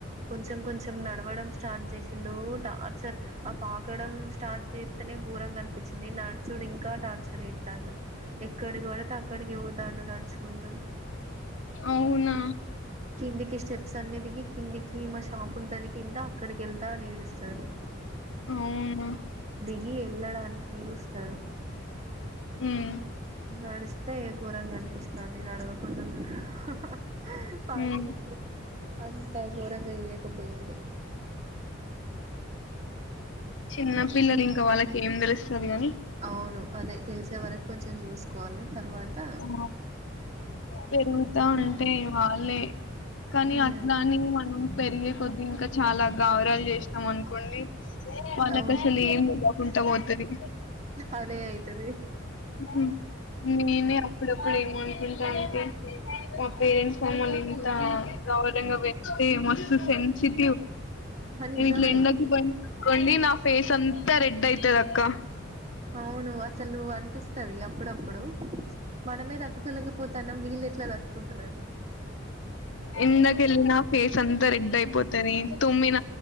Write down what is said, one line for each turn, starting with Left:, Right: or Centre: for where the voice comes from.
Right: కొంచెం కొంచెం నడవడం స్టార్ట్ చేసిండూ టార్చర్ ఆ పాకడం స్టార్ట్ చేస్తనే గోరంగా అనిపి చ్చింది నడుచుడు ఇంకా టార్చర్ చేస్తాండు ఎక్కడికివడితే అక్కడికి పోతాండు నడుచుకుంటూ
Left: అవునా
Right: కిందికి స్టేప్ సన్నిదికి కిందికి మా షాప్ ఉంటది కింద అక్కడికి వెళ్తా అని ఏడుస్తాడు
Left: అవును
Right: కి వెళ్ళడానికి చూస్తాడు
Left: ఉమ్
Right: నడిస్తే ఘోరంగానిపిస్తాంది నడవకుండా హ్ పాకిినప్పుడు
Left: ఉమ్
Right: పస్ అంత గోరంగా చేయకపోయేది
Left: చిన్నపిల్లలు ఇంకా వాళ్ళకి ఏం తెలుస్తది గాని
Right: అవును అదే తెలిసే వరకు కొంచెం చూసుకోవాలి తర్వాత
Left: ఆ పెరుగుతా
Right: అయిపోతది
Left: ఉంటే వాళ్ళే కానీ
Right: ఉమ్
Left: అట్లాని మనం పెరిగే కొద్ది ఇంకా చాలా గాఉరాలు చేసినం అనుకోండి వాళ్నకు
Right: అవును
Left: అసలు ఏం లేలువకుండా పోతది
Right: అదే అయితది
Left: మ్ నేనే ఏప్పుడు ఎం అనుకుంటా అంటే మా పేరెంట్స్ మమ్మల్ని ఇంత గౌరవంగా పెంచితే మస్తు సెన్సిటివ్
Right: ఆ! నిజమే
Left: గిట్ల ఎండకు బయటికి పోయినా అనుకోండి నా ఫేస్ అంత రెడ్ అయితది అక్క
Right: అవును అసలు అనిపిస్తది అప్పుడప్పుడు మనమే తట్టుకోలేక పోతున్నాం వీల్ ఎట్లాతట్ వి
Left: ఇందక వెళ్ళిన ఫేస్ అంతా రెడ్ అయిపోతది తుమ్మిన